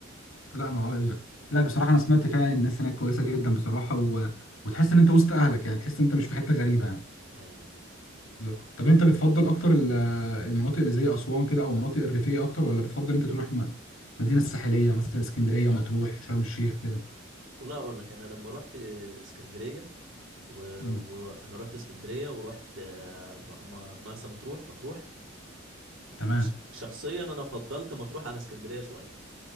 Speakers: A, on the left; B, on the right.
A: لا ما هو إيه. لا بصراحة انا سمعت فعلا إن الناس هناك كويسة جدا بصراحة و... وتحس ان انت وسط اهلك يعني تحس ان انت مش في حتة غريبة يعني
B: ايوه ايوه
A: بالظبط. طب انت بتفضل اكتر ال- المناطق اللي زي اسوان كده او المناطق الريفية اكتر ولا بتفضل انت تروح م- مدينة ساحلية مثلا اسكندرية مطروح شرم الشيخ كده
B: والله اقول لك انا لما رحت اسكندريه وانا
A: مم.
B: و... و- أنا رحت اسكندريه ورحت آه، م- م- مرسى مطروح مطروح
A: تمام
B: ش- شخصيا انا فضلت مطروح عن اسكندريه شويه